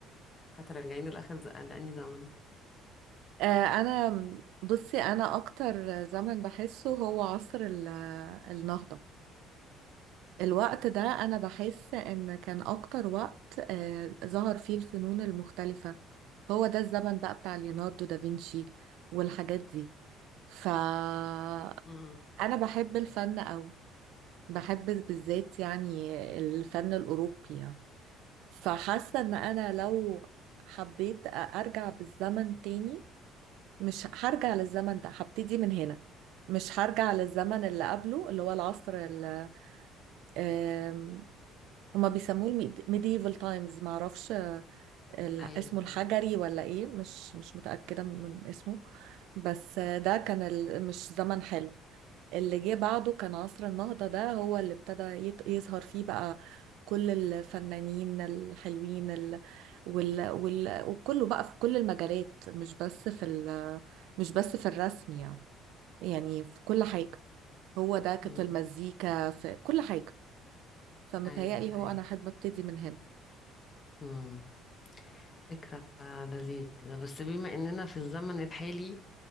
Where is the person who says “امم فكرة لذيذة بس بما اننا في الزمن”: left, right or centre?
Left